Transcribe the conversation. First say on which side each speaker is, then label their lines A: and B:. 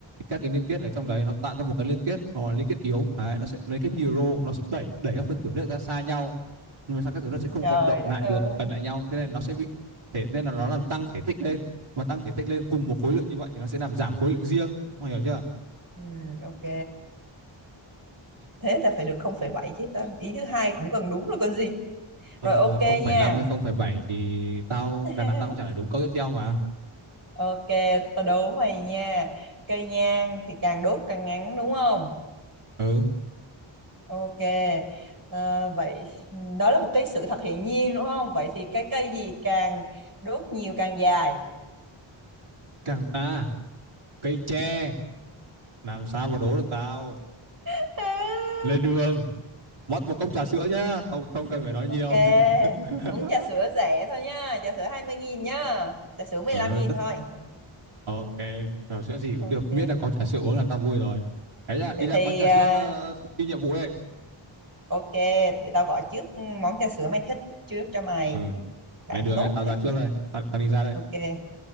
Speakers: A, on the right; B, on the right.
A: các cái liên kết ở trong đấy nó tạo ra một cái liên kết nó là liên kết yếu đấy, nó sẽ liên kết hydro nó sẽ đẩy đẩy các phân tử nước ra xa nhau nhưng mà sao các thứ nó sẽ không
B: trời
A: vận động
B: đất
A: lại
B: ơi
A: được gần lại nhau thế nên nó sẽ bị thể nên là nó làm tăng thể tích lên mà tăng thể tích lên cùng một khối lượng như vậy thì nó sẽ làm giảm khối lượng riêng mọi người hiểu chưa
B: ừ, ok thế ta phải được 0,7 chứ ta ý thứ hai cũng cần đúng rồi còn gì
A: Thôi
B: rồi
A: được
B: ok
A: rồi,
B: nha
A: không phẩy năm hay không phẩy bảy thì tao
B: <laughs>
A: đằng nào tao cũng trả lời đúng câu tiếp theo mà.
B: ok ta đố mày nha cây nhang thì càng đốt càng ngắn đúng không
A: Ừ,
B: ok ờ, vậy ừ, đó là một cái sự thật hiển nhiên đúng không vậy thì cái cây gì càng đốt nhiều càng dài
A: càng à, cây tre làm sao mà đố được tao.
B: <laughs>
A: Lên đường, mất một cốc trà sữa nhá, không không cần phải nói
B: Ok,
A: nhiều. <laughs>
B: uống trà sữa rẻ thôi nhá, trà sữa hai mươi nghìn nhá, trà sữa mười
A: ừ,
B: lăm nghìn
A: tất
B: thôi.
A: ok, trà sữa gì cũng
B: Ok,
A: được, miễn là có trà sữa uống là tao vui rồi. đấy nhá,
B: vậy
A: đi ra
B: thì
A: quán trà
B: à,
A: sữa ờ, thực thi nhiệm vụ đây.
B: ok, tụi tao gọi trước món trà sữa mày thích trước cho mày.
A: Ừ,
B: Bạn
A: lên đường
B: tốt
A: nhá, tao
B: thế
A: ra trước
B: nhỉ?
A: đây, tao, tao đi ra đây.
B: Ok,